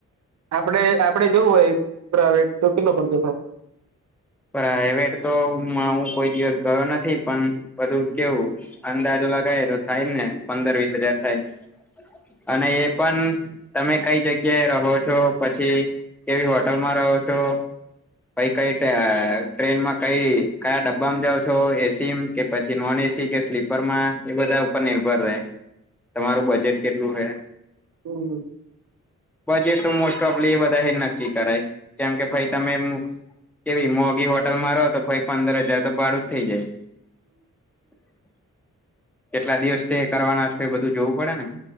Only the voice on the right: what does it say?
આપડે આપડે જવું હોય પ્રાવેટ તો કેટલો ખર્ચો થાય?
હમ.